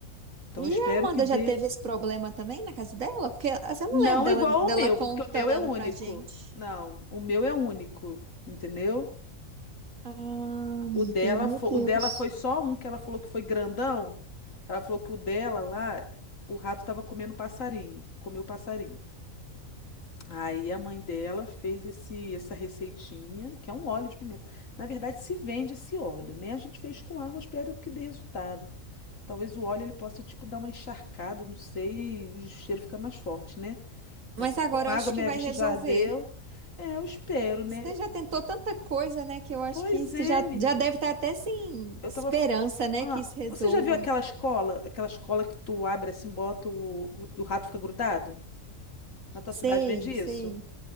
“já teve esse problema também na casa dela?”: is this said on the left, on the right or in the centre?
Right